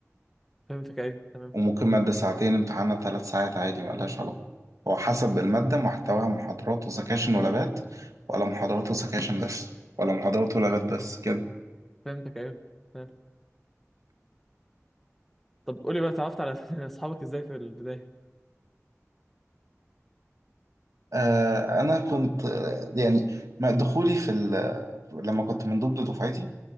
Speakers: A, in the centre; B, on the right.
A: فهمتك ايوه تمام
B: وممكن مادة ساعتين امتحانها ثلاث ساعات عادي ملهاش علاقة هو حسب المادة محتواها محاضرات وسكاشن ولابات ولا محاضرات وسكاشن بس ولا محاضرات ولابات بس كده
A: فهمتك ايوه تمام طب قولي بقى اتعرفت على <laughs> اصحابك ازاي في البدايه
B: آه أنا كنت آه، يعني ما- دخولي في ال- لما كنت من ضمن دفعتي